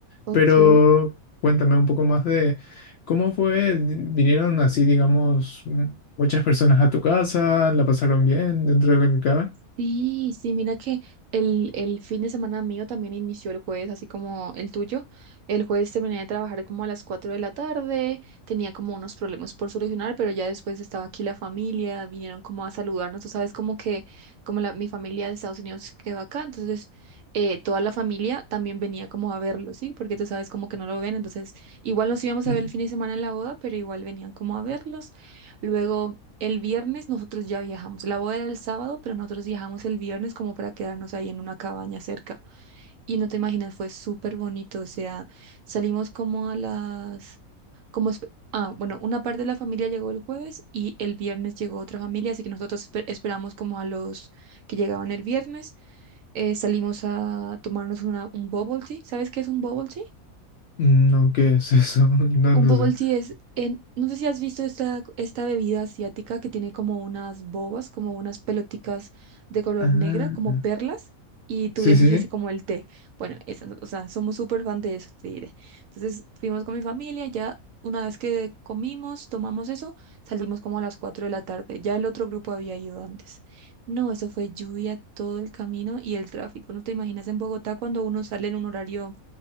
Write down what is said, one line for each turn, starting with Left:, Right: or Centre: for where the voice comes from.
Right: ok.
Left: Pero cuéntame un poco más de cómo fue, vinieron así, digamos, m- muchas personas a tu casa, la pasaron bien dentro de lo que cabe.
Right: Sí, sí, mira que el, el fin de semana mío también inició el jueves, así como el tuyo. El jueves terminé de trabajar como a las 4 de la tarde, tenía como unos problemas por solucionar, pero ya después estaba aquí la familia, vinieron como a saludarnos, tú sabes, como que como la, mi familia de Estados Unidos quedó acá, entonces eh, toda la familia también venía como a verlo, ¿sí? Porque tú sabes como que no lo ven, entonces igual nos íbamos a
Left: Mm,
Right: ver el fin de semana en la boda, pero igual venían como a verlos. Luego el viernes nosotros ya viajamos. La boda era el sábado, pero nosotros viajamos el viernes como para quedarnos ahí en una cabaña cerca. Y no te imaginas, fue súper bonito. O sea, salimos como a las... Como... espe- Ah, bueno, una parte de la familia llegó el jueves y el viernes llegó otra familia, así que nosotros espe- esperamos como a los que llegaban el viernes. Eh, salimos a tomarnos una, un bubble tea. ¿Sabes qué es un bubble tea?
Left: No, ¿qué es eso? <laughs> No,
Right: Un
Left: no
Right: bubble
Left: sé.
Right: tea es, en- no sé si has visto esta, esta bebida asiática que tiene como unas bobas, como unas peloticas de color
Left: Ah,
Right: negra, como perlas, y tú
Left: sí,
Right: eliges
Left: sí, sí,
Right: como el té. Bueno, esa, o sea, somos súper fan de eso, te diré. Entonces fuimos con mi familia, ya una vez que comimos, tomamos eso, salimos como a las 4 de la tarde. Ya el otro grupo había ido antes. No, eso fue lluvia todo el camino y el tráfico. No te imaginas en Bogotá cuando uno sale en un horario